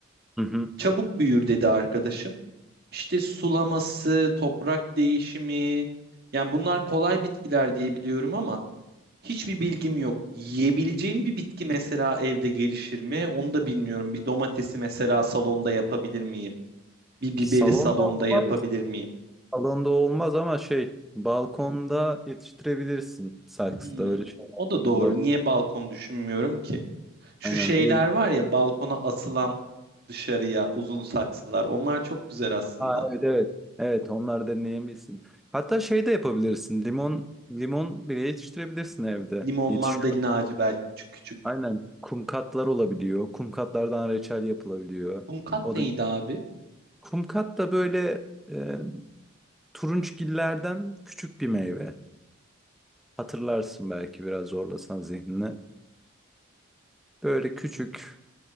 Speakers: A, in the centre; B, on the right.
A: Hı hı.
B: Çabuk büyür dedi arkadaşım. İşte sulaması, toprak değişimi, yani bunlar kolay bitkiler diye biliyorum ama hiçbir bilgim yok. Yiyebileceğim bir bitki mesela evde gelişir mi? Onu da bilmiyorum. Bir domatesi mesela salonda yapabilir miyim? Bir biberi
A: Salonda
B: salonda
A: olmaz,
B: yapabilir miyim?
A: salonda olmaz ama şey balkonda yetiştirebilirsin. Saksıda
B: Hmm,
A: öyle şeyler
B: O da
A: yapılabilir.
B: doğru. Niye balkon düşünmüyorum ki? Şu
A: Aynen
B: şeyler
A: ev,
B: var ya balkona asılan dışarıya uzun saksılar. Onlar çok güzel aslında.
A: Aa, evet evet. Evet onlar deneyebilirsin. Hatta şey de yapabilirsin. Limon limon bile yetiştirebilirsin evde.
B: Limon
A: Yetişiyor.
B: mandalina ağacı belki küçük küçük.
A: Aynen. Kumkatlar olabiliyor. Kumkatlardan reçel yapılabiliyor.
B: Hunkat
A: O
B: neydi
A: da
B: abi?
A: kumkat da böyle e, turunçgillerden küçük bir meyve. Hatırlarsın belki biraz zorlasan zihnini. Böyle küçük